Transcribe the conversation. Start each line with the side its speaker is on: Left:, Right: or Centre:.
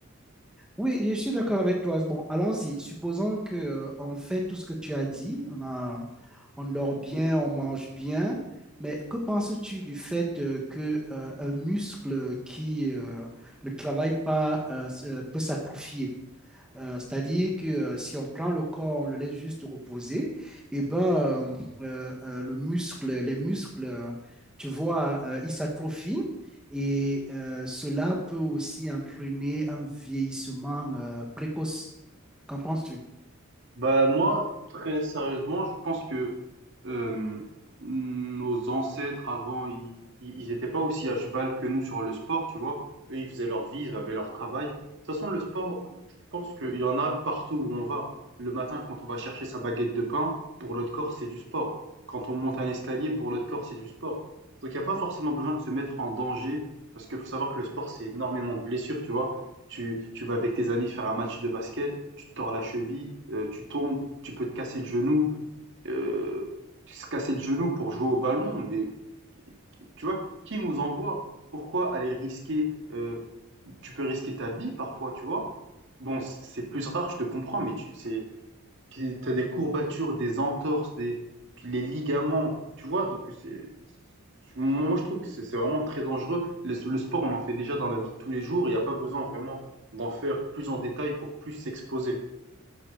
Centre: Oui, je suis d'accord avec toi. Bon, allons-y. Supposons que, euh, on fait tout ce que tu as dit. On a on dort bien, on mange bien, mais que penses-tu du fait euh, que euh, un muscle qui euh, ne travaille pas euh, se- peut s'atrophier? Euh, c'est-à-dire que euh, si on prend le corps, on le laisse juste reposer, et ben euh, euh, euh, le muscle, les muscles, euh, tu vois, euh, ils s'atrophient. Et euh, cela peut aussi entraîner un vieillissement euh, précoce. Qu'en penses-tu?
Right: Bah, moi, très sérieusement, je pense que euh, nos ancêtres avant, ils, ils ils étaient pas aussi à cheval que nous sur le sport, tu vois. Eux, ils faisaient leur vie, ils avaient leur travail. De toute façon, le sport, je pense qu'il y en a partout où on va. Le matin, quand on va chercher sa baguette de pain, pour notre corps, c'est du sport. Quand on monte un escalier, pour notre corps, c'est du sport. Donc, il n'y a pas forcément besoin de se mettre en danger, parce qu'il faut savoir que le sport, c'est énormément de blessures, tu vois. Tu, tu vas avec tes amis faire un match de basket tu te tords la cheville, euh, tu tombes, tu peux te casser le genou, euh, se casser le genou pour jouer au ballon. Mais tu vois, qui nous envoie? Pourquoi aller risquer? euh, tu peux risquer ta vie parfois, tu vois. Bon, c- c'est plus rare, je te comprends, mais tu c'est, t'as des courbatures, des entorses, des, les ligaments, tu vois. Donc c'est, c'est- moi je trouve que c'est c'est vraiment très dangereux. Le, le sport, on en fait déjà dans la vie de tous les jours. Il n'y a pas besoin vraiment d'en faire plus en détail pour plus s'exposer.